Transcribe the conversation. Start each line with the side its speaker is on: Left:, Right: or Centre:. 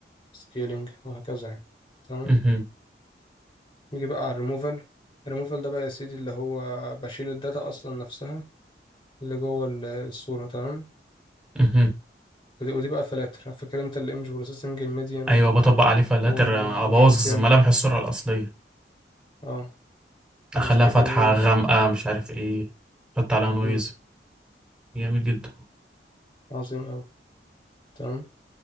Left: سكيلينج وهكذا يعني تمام
Centre: مهم.
Left: نيجي بقى على الريموفال الريموفال ده بقى يا سيدي اللي هو بشيل الداتا اصلا نفسها اللي جوه ال- الصورة تمام
Centre: مهم.
Left: ودي, ودي بقى فلاتر فاكر انت الايمج بروسيسنج الميديان
Centre: ايوه
Left: وال...
Centre: بطبق عليه فلاتر
Left: وال...
Centre: ابوظ
Left: والجاوسيان
Centre: ملامح الصوره الاصليه
Left: اه
Centre: اخليها
Left: والسبيكل
Centre: فاتحة
Left: نويز
Centre: غامقة مش عارف ايه حط عليها نويز
Left: مم.
Centre: جميل جدا
Left: عظيم اوي تمام